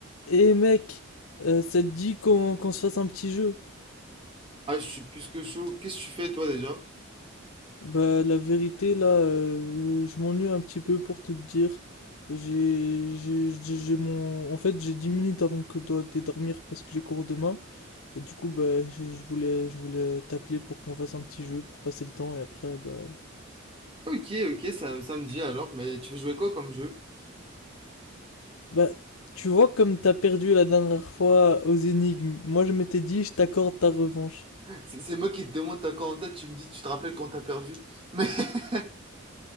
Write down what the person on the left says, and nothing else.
Eh mec, euh, ça te dit qu'on qu'on se fasse un petit jeu?
Bah la vérité là, euh, je m'ennuie un petit peu pour tout te dire. J'ai j'ai j'ai j'ai mon en fait j'ai 10 minutes avant que je dois aller dormir parce que j'ai cours demain et du coup bah je je voulais je voulais t'appeler pour qu'on fasse un petit jeu pour passer le temps et après bah
bah tu vois comme t'as perdu la dernière fois aux énigmes. Moi je m'étais dit je t'accorde ta revanche.